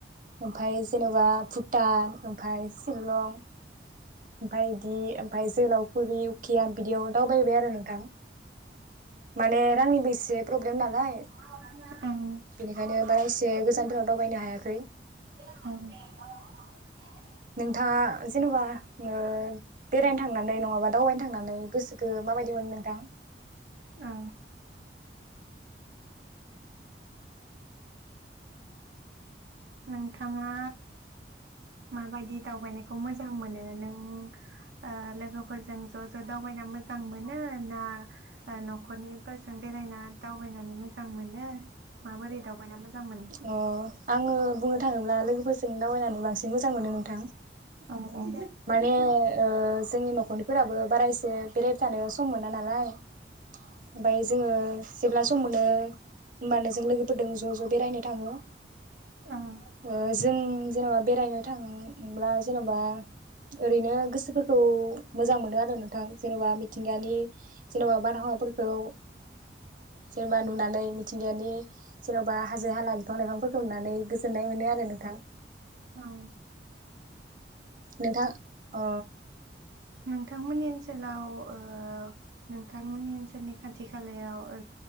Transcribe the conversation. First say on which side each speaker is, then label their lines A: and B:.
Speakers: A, on the right (about 45°); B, on the right (about 80°).
A: ओमफाय जेन'बा भुटान। ओमफाय सिलं ओमफाय दि ओमफाय जोहोलाव फुरि उकियान बिदियाव दावबाय बाय आरो नोंथां माने रांनिबो एसे प्रब्लेम नालाय
B: औ
A: बेनिखायनो बारा
B: औ
A: एसे गोजानफोराव दावबायनो हायाखै
B: <inaudible>
A: नोंथाङा जेनेबा ओ बेरायनो थांनानै नङाबा दावबायनो थांनानै गोसो खौ माबायदि मोनो नोंथां
B: औ नोंथाङा माबायदि दावबायनायखौ मोजां मोनो नों ओ लोगोफोरजों ज' ज' दावबायना मोजां मोनो ना न'खरनिफोरजों बेरायना दावबायनानै मोजां मोनो माबोरै दावबायना मोजांमोनो
A: अ आङो बुंनो थाङोब्ला लोगोफोरजों दावबायनानै बांसिन मोजां मोनो नोंथां
B: औ औ
A: माने ओ जोंनि न'खरनिफोराबो बारा इसे बेरायबाय थानो सम मोना नालाय ओमफाय जोङो जेब्ला सम मोनो होमबानो जों लोगोफोरदों ज' ज' बेरायनो थाङो
B: औ
A: ओ जों जेनेबा बेरायनो थांब्ला जेनेबा ओरैनो गोसोफोरखौ मोजां मोनो आरो नोंथां जेनेबा मिथिंगानि बा बारहावाफोरखौ जेनेबा नुनानै मिथिंगायानि जेनेबा हाजो हाला बिफां लाइफांफोरखौ नुनानै गोजोननाय मोन नों आरो नोंथां
B: औ
A: नोंथां अ
B: नोंथांमोननि ओनसोलाव ओ नोंथांमोननि ओनसोलनि खाथि खालायाव ओ